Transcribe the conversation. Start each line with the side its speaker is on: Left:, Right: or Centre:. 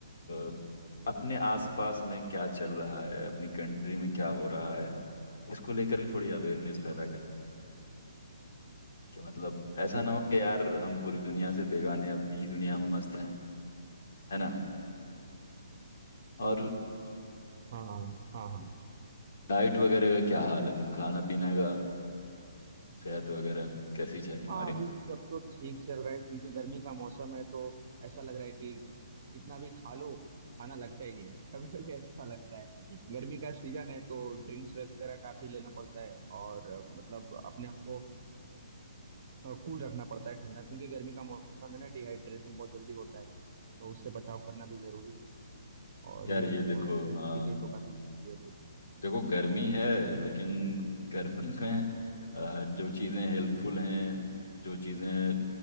Left: अ, अपने आसपास में क्या चल रहा है अपनी कंट्री में क्या हो रहा है इसको लेकर के थोड़ी अवेयरनेस पैदा
Right: हाँ
Left: करें कि मतलब ऐसा
Right: ठीक
Left: ना हो
Right: है
Left: कि यार हम पूरी दुनिया से बेगाने अपनी ही दुनिया में मस्त हैं है ना और
Right: हाँ हाँ हाँ
Left: डाइट वगैरह का क्या हाल है तुम खाना पीना का सेहत वगैरह कैसी है तुम्हारी
Right: हाँ अभी सब तो ठीक चल रहा है क्योंकि गर्मी का मौसम है तो ऐसा लग रहा है कि कितना भी खा लो खाना लगता ही नहीं है कभी कभी ऐसा लगता है गर्मी का सीजन है तो ड्रिंक्स वगैरह काफी लेना पड़ता है और अ, मतलब अपने आप को कूल रखना पड़ता है ठंडा क्योंकि गर्मी का मौसम है ना डिहाइड्रेशन बहुत जल्दी होता है तो उससे बचाव करना भी जरूरी है और
Left: यार
Right: ये
Left: ये बहुत देखो
Right: हेल्थ
Left: हाँ
Right: के लिए तो काफी जरूरी है बिल्कुल
Left: देखो गर्मी है लेकिन गर्मी <laughs> में अ, जो चीज़ें हेल्पफुल हैं जो चीज़ें